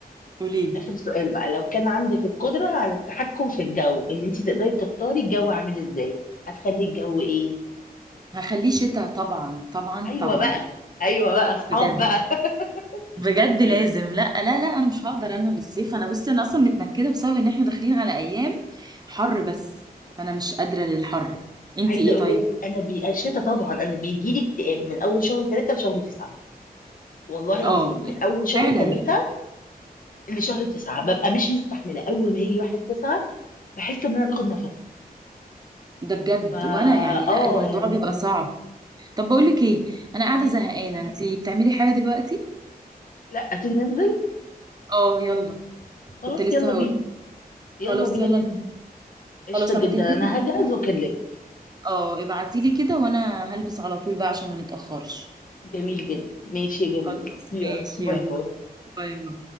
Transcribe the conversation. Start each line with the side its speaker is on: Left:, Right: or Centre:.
Right: قوليلي
Left: آخر سؤال بقى، لو كان عندِك القدرة على التحكم في الجو، إن أنتِ تقدري تختاري الجو عامل إزاي، هتخلّي الجو إيه؟
Right: هخليه شتاء طبعا طبعا
Left: أيوه
Right: طبعا
Left: بقى، أيوه بقى، أصحاب
Right: بجد
Left: بقى <laughs>
Right: بجد
Left: أيوه.
Right: لازم لا لا لا انا مش هقدر انا للصيف انا بصي انا اصلا متنكده بسبب ان احنا داخلين على ايام حر بس فانا مش قادره للحر انتي
Left: عايزة
Right: ايه
Left: أقول
Right: طيب
Left: لِك أنا بي الشتا طبعًا، أنا بييجي لي اكتئاب من أول شهر 3 لشهر 9 والله العظيم،
Right: اه
Left: من أول شهر
Right: فعلا
Left: 3 لشهر تسعة ببقى مش مستحملة أول ما يجي واحد تسعة بحس إن أنا باخد نفسي
Right: ده بجد
Left: فا
Right: وانا يعني لا
Left: اه
Right: الموضوع
Left: يعني
Right: بيبقى صعب طب بقول لك ايه انا قاعده
Left: مم.
Right: زهقانه انتي بتعملي حاجه دلوقتي
Left: لا تيجي ننزل
Right: اه يلا
Left: خلاص
Right: كنت لسه
Left: يلا بينا
Right: هقول
Left: يلا
Right: خلاص
Left: بينا
Right: يلا
Left: ننزل قشطة
Right: خلاص لما
Left: جدا
Right: تلبسي
Left: أنا هجهز
Right: ابعتيلي
Left: وأكلمك
Right: اه ابعتيلي كده وانا هلبس على طول بقى عشان ما نتاخرش
Left: جميل جدا ماشي يا جميل
Right: خلاص
Left: يلا
Right: ماشي
Left: باي
Right: يلا
Left: باي
Right: باي باي